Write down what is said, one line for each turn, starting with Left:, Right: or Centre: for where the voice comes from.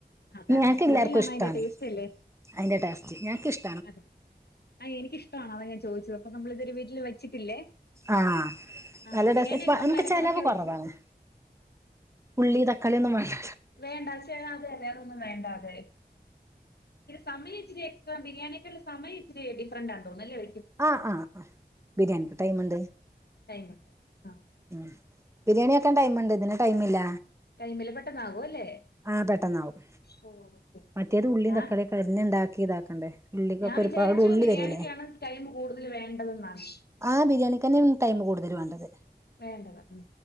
Left: അതാണ്
Right: ഞങ്ങക്ക്
Left: ആ സ്മെല്ലിനാണ്
Right: എല്ലാർക്കും ഇഷ്ടണ്
Left: അതിന്റെ ടേസ്റ്റ് അല്ലേ
Right: അയിന്റെ ടേസ്റ്റ് ഞങ്ങക്ക്ഷ്
Left: അതെ അ എനിക്കിഷ്ട അതാ ഞാൻ ചോയിച്ചത് അപ്പൊ നമ്മൾതൊരു വീട്ടിൽ വെച്ചിട്ടില്ലേ
Right: ആഹ
Left: ആ
Right: നല്ല
Left: ബിരിയാണിയൊക്കെ
Right: രസ ഇപ്പ
Left: നമ്മൾ
Right: എൻക്ക്
Left: ഇടയ്ക്കിടയ്ക്ക്
Right: ചെലവ്
Left: വെക്കും
Right: കുറവാണ് ഉള്ളി തക്കളിന്നും വേണ്ട
Left: വേണ്ട ചെ അതെ അതെ അതൊന്നും വേണ്ട തെ ഇ സമയ ഇച്ചിരി എകസ്ട്ര <unintelligible> ബിരിയാണിക്കുള്ള സമയം ഇച്ചരി ഡിഫറന്റാ തോന്നുന്നുല്ല
Right: ആഹ് ആഹ്‌ ബിരിയാണിക്ക് ടൈമ്ണ്ട്
Left: ടൈമുണ്ട് ആ
Right: ഉം ബിരിയാണിക്കാൻ ടൈഇണ്ട് ഇതിന് ടൈമ് ല്ല
Left: ടൈമില് പെട്ടെന്നാകും അല്ലേ
Right: ആഹ പെട്ടെന്നാവും
Left: ഓ ശരി
Right: മറ്റേത്
Left: ശരി
Right: ഉള്ളിയും
Left: ഞാ
Right: തക്കാളിയെക്കെ അരിഞ്ഞ്ണ്ടാക്കി ഇതാക്കണ്ടേ ഉള്ളിക്കൊക്കെ
Left: ഞാൻ
Right: ഒരുപാട്
Left: വിചാരിച്ചു
Right: ഉള്ളി
Left: ബിരിയാണിക്കാണ്
Right: വരൂല്ലേ
Left: ടൈം കൂടുതൽ വേണ്ടതെന്നാണ്
Right: ആഹ് ബിരിയാണിക്ക്ന്നെ ടൈം കൂടുതൽ വേണ്ടത്
Left: വേണ്ടത് ഉം